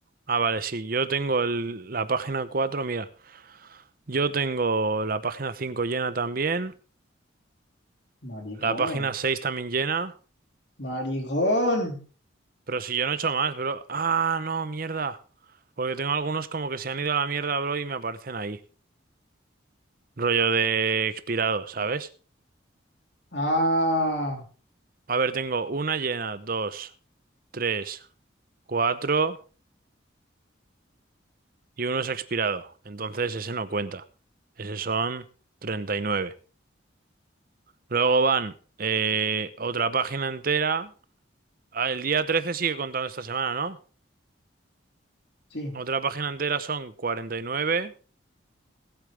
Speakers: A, on the right (about 45°); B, on the left (about 60°).
A: ah, vale, sí, yo tengo el- la página 4. mira, yo tengo la página 5 llena también,
B: Maricón.
A: la página 6 también llena,
B: Maricón.
A: pero si yo no he hecho más, bro, ah, no, mierda, porque tengo algunos como que se han ido a la mierda, bro, y me aparecen ahí, rollo de expirado, ¿sabes?
B: Ah.
A: A ver, tengo una llena, dos, tres, cuatro, y uno es expirado, entonces ese no cuenta, ese son 39. Luego van eh, otra página entera. Ah, el día 13 sigue contando esta semana, ¿no?
B: Sí,
A: Otra página entera son cuarenta y nueve